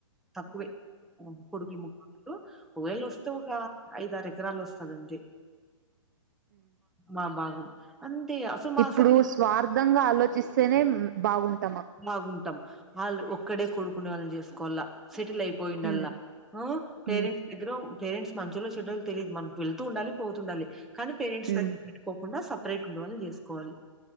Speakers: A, in the centre; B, on the right (about 35°).
A: తక్కువే కొడుకులు ముగ్గురు ఒకవేళ వస్తే ఒక ఐదారె ఎకరాలు వస్తదంతే మా భాగం అంతే అసలు మా
B: ఇప్పుడు
A: సైడ్
B: స్వార్థంగా ఆలోచిస్తేనే బాగుంటా
A: బాగుంటాం వాళ్ళు ఒక్కడే కొడుకుండే వాళ్ళని చేసుకోవాల సెటిల్ అయిపోయిండాల
B: ఉమ్
A: ఊ పేరెంట్స్
B: ఉమ్
A: దగ్గర పేరెంట్స్ మంచోళ్ళు చెడ్డోళ్ళు తెలీద్ మాక్ వెళ్తు ఉండాలి పోతుండాలి కానీ పేరెంట్స్
B: ఉమ్
A: దగ్గర పెట్టుకోకుండా సప్ <unintelligible> ఉండేవాళ్ళని చేసుకోవాలి